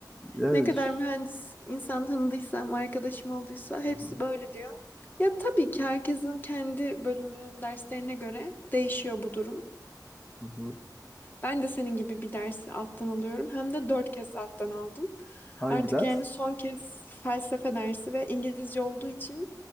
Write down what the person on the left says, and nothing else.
Ne kadar
mühendis insan tanıdıysam, arkadaşım olduysa hepsi
böyle diyor. Ya tabii ki herkesin kendi bölümünün derslerine göre değişiyor bu durum.
Ben de senin gibi bir dersi alttan alıyorum. Hem de dört kez alttan aldım.
Artık
yani son kez felsefe dersi ve İngilizce olduğu için